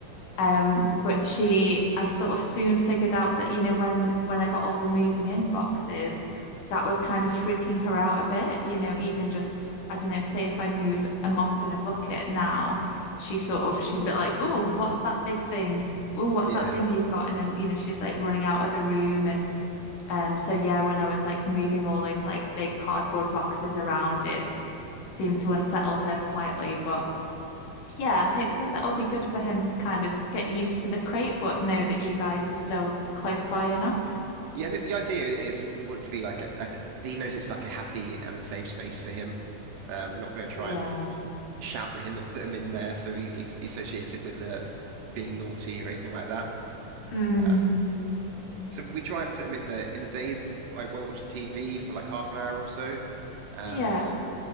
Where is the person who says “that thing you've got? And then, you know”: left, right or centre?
Left